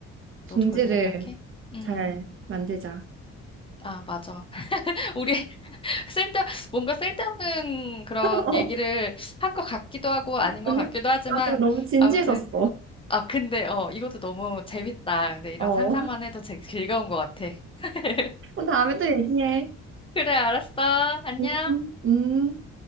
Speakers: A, on the right (about 45°); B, on the left (about 20°).
A: 중지를.
B: 너도 그렇게 생각해? 음,
A: 잘 만들자.
B: 아, 맞아. <laughs> 우리 쓸데, 뭔가 쓸데없는 그런
A: <laughs> 어,
B: 얘기를 한 것 같기도 하고 아닌
A: 아니야.
B: 것 같기도 하지만
A: 나 지금 너무 진지해졌어.
B: 아무튼, 아, 근데, 어, 이것도 너무 재밌다. 근데 이런
A: 어.
B: 상상만 해도 제- 즐거운 것 같아. <laughs>
A: 그럼 다음에 또 얘기해.
B: 그래, 알았어. 안녕.
A: 음, 음.